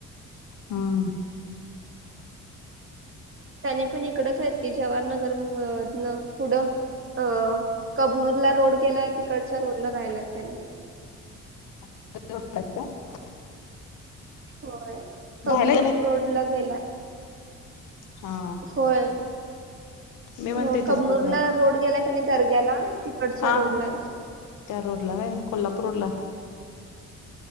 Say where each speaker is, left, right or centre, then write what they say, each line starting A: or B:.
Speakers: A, on the left; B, on the right.
A: हम्म
B: त्यानी पण इकडच आहेत की जवाहर नगर म द्नं पुढं. अं कबनूरला रोड गेलाय तिकडच्या रोडला राहिल्याल त्यानी.
A: <unintelligible>
B: होयृ कबनूर
A: राहायला
B: रोड ला गेला,
A: हा
B: होय.
A: मी म्हणते
B: अ
A: इथंच
B: कबनूरला
A: राहायला.
B: रोड गेलाय कनई दर्ग्याला तिकडच्या
A: हा
B: रोड
A: हा
B: ला आईत.
A: त्या रोड ला वय, कोल्हापूर रोड ला.